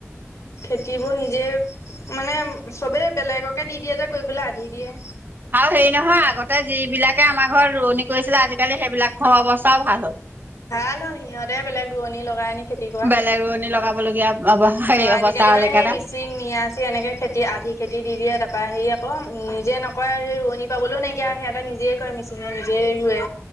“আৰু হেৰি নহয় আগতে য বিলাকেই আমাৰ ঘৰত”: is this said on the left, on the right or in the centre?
Right